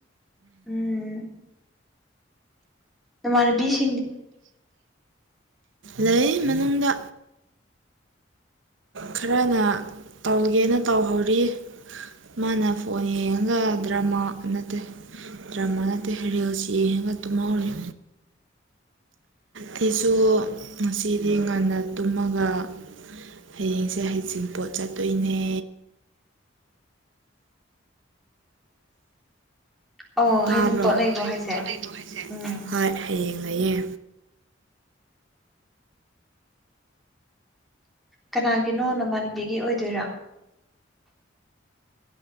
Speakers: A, in the centre; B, on the right.
A: ꯎꯝ ꯅꯃꯥꯟꯅꯕꯤꯁꯤꯡ
B: ꯂꯩ ꯃꯅꯨꯡꯗ ꯈꯔꯅ ꯇꯧꯒꯦꯅ ꯇꯧꯍꯧꯔꯤ ꯃꯥꯅ ꯐꯣꯟ ꯌꯦꯡꯉꯒ ꯗ꯭ꯔꯃꯥ ꯅꯠꯇꯦ ꯗ꯭ꯔꯃꯥꯅꯠꯇ ꯍꯔꯦꯜꯁꯤ ꯌꯦꯡꯉꯒ ꯇꯨꯝꯍꯧꯔꯤ ꯁꯤꯁꯨ ꯉꯁꯤꯗꯤ ꯉꯟꯅ ꯇꯨꯝꯃꯒ ꯍꯌꯦꯡꯁꯦ ꯍꯩꯁꯤꯡꯄꯣꯠ ꯆꯠꯇꯣꯏꯅꯦ
A: ꯑꯧ
B: ꯇꯥꯕ꯭ꯔꯣ
A: ꯍꯩꯖꯤꯡ ꯄꯣꯠ
B: ꯑꯣ
A: ꯂꯩꯕ꯭ꯔꯣ
B: ꯍꯥꯏꯁꯦ ꯄꯣꯠ ꯂꯩꯕ꯭ꯔꯣ ꯍꯥꯏꯁꯦ
A: ꯎꯝ
B: ꯍꯣꯏ ꯍꯌꯦꯡ ꯂꯩꯌꯦ
A: ꯀꯅꯥꯒꯤꯅꯣ ꯅꯃꯥꯟꯕꯤꯒꯤ ꯑꯣꯏꯗꯣꯏꯔꯥ